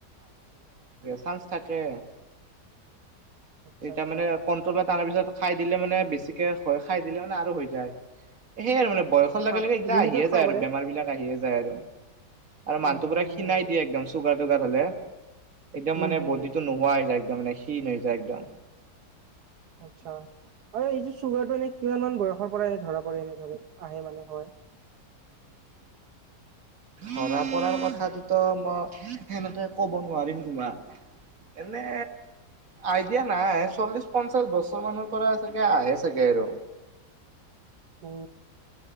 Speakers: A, on the right; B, on the right.
A: চাঞ্চ থাকে।
B: আচ্ছা
A: এতিয়া
B: আচ্ছা
A: মানে কন্ট্ৰলত অহাৰ পিছত- খাই দিলে মানে বেছিকে হয়। খাই দিলে মানে আৰু হৈ যায় সেয়া আৰু মানে। বয়সৰ
B: আচ্ছা
A: লগে
B: খাওক
A: লগে এইগিলাক
B: লিমিটত
A: আহিয়ে
B: খাব
A: যায় আৰু
B: পাৰে
A: বেমাৰ বিলাক আহিয়ে যায় আৰু। আৰু মানুহটো
B: উম
A: পুৰা খীণাই
B: উম
A: দিয়ে একদম চুগাৰুগাৰ হলে। একদম
B: হম
A: মানে বডিটো
B: হম
A: নোহোৱা হৈ যায় একম। একদম মানে শীল হৈ যায় একদম।
B: আচ্ছা আৰু এইয চুগাৰটো এনে কিমান মান বয়সৰ পৰা এনে ধৰা প এনে ধৰে আহে মানে হয়।
A: ধৰা পৰাৰ। কথাটোতো মই সেনেতে ক'ব নোৱাৰিম তোমাক। এনে আইডিয়া নাই চল্লিশ পঞ্চাশ বছৰ মানৰ পৰা চাগে আহে চাগে আৰু।
B: উ